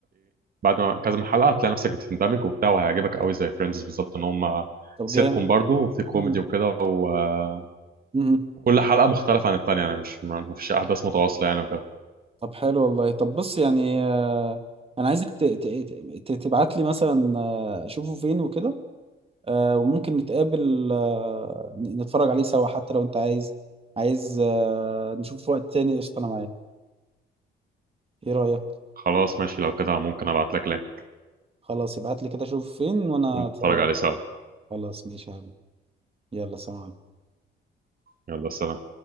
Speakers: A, on the right; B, on the right.
A: بعد ما كذا حلقه هتلاقي نفسك بتندمج وبتاع وهيعجبك قوي زي فريندز بالظبط ان هم
B: طب
A: سيت
B: جامد
A: كوم برضه وفي كوميدي
B: مم.
A: وكده و-
B: مم.
A: وكل حلقه مختلفه عن الثانيه يعني مش ما ما فيش احداث متواصله يعني وكده
B: طب حلو والله طب بص يعني آه انا عايزك ت- ت- ت- تبعت لي مثلا آه، اشوفه فين وكده آه وممكن نتقابل آه ن- نتفرج عليه سوا حتى لو انت عايز عايز آه نشوف في وقت تاني قشطه انا معاك ايه رايك
A: خلاص ماشي لو كده ممكن ابعت لك لينك
B: خلاص ابعت لي كده شوف فين وانا
A: ونتفرج
B: اتفرج عليه.
A: عليه سوا
B: خلاص ماشي يا حبيبي يلا سلام عليكم.
A: يلا سلام